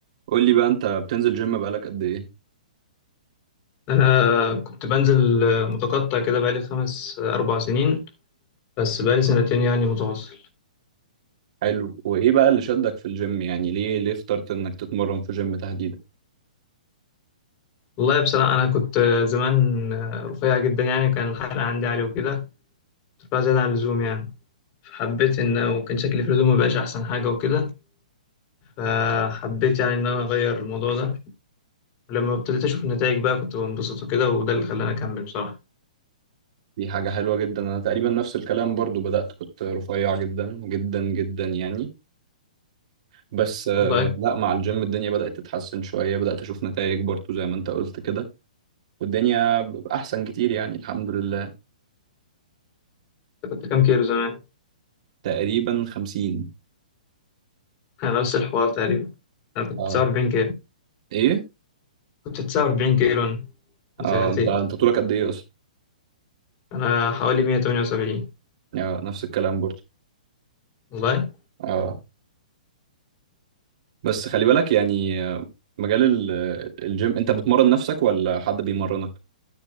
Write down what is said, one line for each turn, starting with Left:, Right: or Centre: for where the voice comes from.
Right: قول لي بقى انت بتنزل جيم بقالك قد ايه
Left: أنا كنت بنزل آه، متقطع كده بقالي خمس آه، أربع سنين بس بقالي سنتين يعني متواصل
Right: حلو وايه بقى اللي شدك في الجيم يعني ليه ليه اخترت انك تتمرن في جيم تحديدا
Left: والله بصراحة أنا كنت آه، زمان آه، رفيع جدا يعني كان الحرق عندي عالي وكده كنت رفيع زيادة عن اللزوم يعني فحبيت إن وكان شكلي في الهدوم مبقاش أحسن حاجة وكده فحبيت يعني إن أنا أغير الموضوع ده ولما ابتديت أشوف النتائج بقى كنت بنبسط وكده وده اللي خلاني أكمل بصراحة
Right: دي حاجة حلوة جدا انا تقريبا نفس الكلام برضو بدأت كنت رفيع جدا جدا جدا يعني بس آه،
Left: والله كنت
Right: لا مع الجيم الدنيا بدأت تتحسن شوية بدأت اشوف نتائج برضو زي ما انت قلت كده والدنيا احسن كتير يعني الحمد لله
Left: كنت كام كيلو زمان؟
Right: تقريبا خمسين
Left: <laughs> أنا نفس الحوار تقريبا أنا كنت
Right: اه
Left: 49 كيلو
Right: ايه
Left: كنت 49 كيلو أنا من
Right: اه
Left: سنتين
Right: انت انت طولك قد ايه اصلا
Left: انا حوالي 178
Right: آه، نفس الكلام برضو
Left: والله
Right: اه بس خلي بالك يعني آه، مجال ال- آه، الجيم انت بتمرن نفسك ولا حد بيمرنك